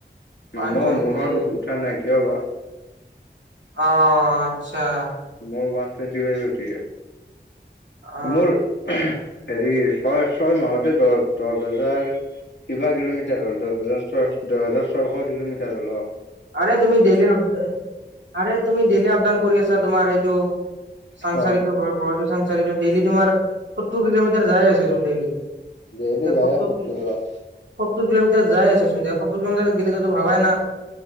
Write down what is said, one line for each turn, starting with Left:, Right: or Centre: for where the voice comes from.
Right: ওৱান
Left: মই
Right: টুৱেন্টি
Left: মোৰখনত উঠা নাই কিয় বা
Right: অ' আচ্ছা।
Left: মোৰ ওৱান টুৱেন্টি ফ্ৰাইভে উঠে।
Right: অ
Left: মোৰৰ হেৰি ছয় ছয় মাহতে দহ দহ হাজাৰৰ কিবা কিলোমিটাৰ হ'ল, দহ হাজাৰ ছয়, দহ হাজাৰ ছয়শ কিলোমিটাৰ। এতিয়া ধৰি লওঁ।
Right: আৰে তুমি ডেইলি আপ আৰে তুমি ডেইলি আপডাউন কৰি আছা তোমাৰ সেই। টোৰ চাংচাৰিটে
Left: অ
Right: ঘৰ গুৱাহাটী চাংচাৰি চাইদত ডেইলি তোমাৰ সত্তৰ কিলোমিটাৰ যাই আছে চোন ডেইলি।
Left: ডেইলি যাওয়ে
Right: সত্তৰ
Left: সত্তোৰত।
Right: সত্তৰ কিলোমিটাৰ যাই আচ চোন, এটিয়া সত্তৰ কিলোমিটাৰ গেলেতো ভাবাইনা।